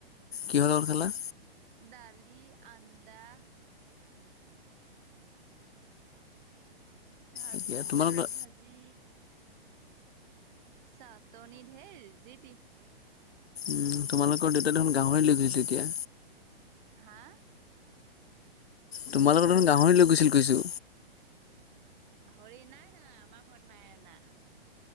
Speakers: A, on the left; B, on the right.
A: কিহৰ লগত খালা?
B: দালি, আন্দা তাৰ
A: এতিয়া
B: পিছত
A: তোমালোকৰ
B: আলু ভাজি চাতনী ঢেৰ যিটি
A: উম, তোমালোকৰ দেউতা দেখোন গাহৰি লৈ গৈছে এতিয়া।
B: হা?
A: তোমালোকৰ দেখোন গাহৰি লৈ গৈছিল কৈছো।
B: গাহৰি নাই অনা আমাৰ ঘৰত নাই আনা